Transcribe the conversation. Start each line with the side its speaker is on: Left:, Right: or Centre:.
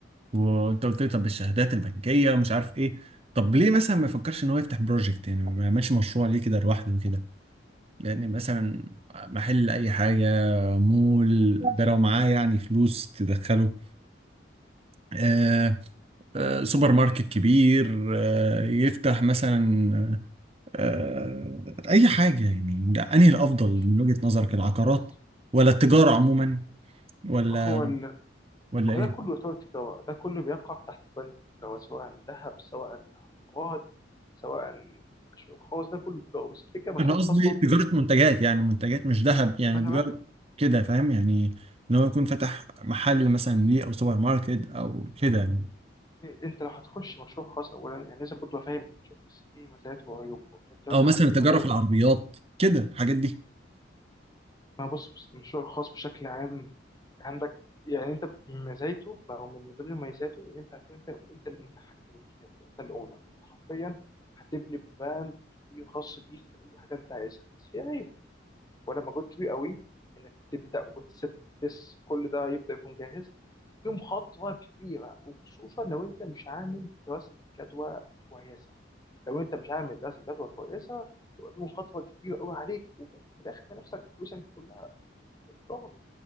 Right: وانت قلت لي طب الشهادات البنكيه ومش عارف ايه طب ليه مثلا ما يفكرش ان هو يفتح بروجكت يعني ما يعملش مشروع ليه كده لوحده كده يعني مثلا محل اي حاجه مول ده لو معاه يعني فلوس تدخله آه، آه، سوبر ماركت كبير آه، يفتح مثلا آه، أي حاجة يعني ده أنهي الأفضل
Left: ماشي
Right: من وجهة نظرك العقارات
Left: بص
Right: ولا التجارة عموما ولا
Left: هو ال...
Right: ولا
Left: هو
Right: إيه؟
Left: ده كله يعتبر تجاره ده كله بيقع تحت بند التجاره سواء ذهب سواء عقارات سواء مشروع خاص ده كله تجاره بس الفكره المشروع
Right: أنا قصدي
Left: الخاص برضه
Right: تجارة
Left: إيه؟
Right: منتجات يعني منتجات مش ذهب يعني
Left: ما انا
Right: تجارة
Left: بقى
Right: كده فاهم يعني إن هو يكون فتح محل مثلا ليه أو سوبر ماركت أو كده يعني
Left: انت لو هتخش مشروع خاص اولا يعني لازم برضه فاهم المشروع الخاص ايه مزاياته وعيوبه وبتاع. انت مثلا
Right: أو مثلا
Left: من ضمن
Right: تجارة
Left: مزايا
Right: في العربيات كده الحاجات دي
Left: ما بص بص، المشروع الخاص بشكل عام عندك يعني انت مزايته او من ضمن مميزاته ان انت هتكون انت انت المتحكم الكامل انت الاونر انت حرفيا هتبني براند كبير خاص بيك في اي حاجه انت عايزها بس في عيب ولا مجهود كبير قوي انك تبدا وتسيب بس كل ده يبدا يكون جاهز في مخاطره كبيره وخصوصا لو انت مش عامل دراسه جدوى كويسه لو انت مش عامل دراسه جدوى كويسه يبقى في مخاطره كبيره قوي عليك وفي الاخر تلاقي نفسك فلوسك دي كلها اتضربت